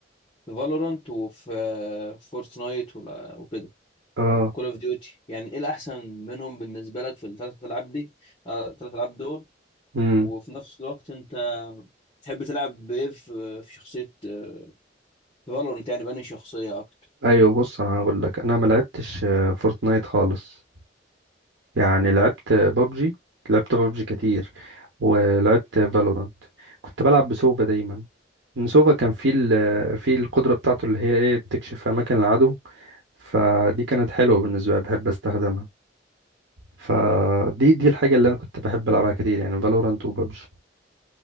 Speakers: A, on the left; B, on the right.
A: في فالورانت وفي آه، فورتنايت ولا- وكده
B: اه
A: وكول أوف ديوتي يعني إيه الأحسن منهم بالنسبة لك في الثلاث ألعاب دي آه، الثلاث ألعاب دول
B: امم
A: وفي نفس الوقت أنت تحب تلعب بإيه في في شخصية آه، في فالورانت يعني بأنهي شخصية أكتر؟
B: ايوه بص انا هقول لك انا ما لعبتش آه، فورتنايت خالص يعني لعبت بابجي لعبت بابجي كتير ولعبت فالورانت كنت بلعب بسوفا دايما إن سوفا كان فيه ال... فيه القدرة بتاعته اللي هي ايه بتكشف اماكن العدو فدي كانت حلوة بالنسبة لي بحب استخدمها فدي دي الحاجة اللي انا كنت بحب العبها كتير يعني فالورانت وببجي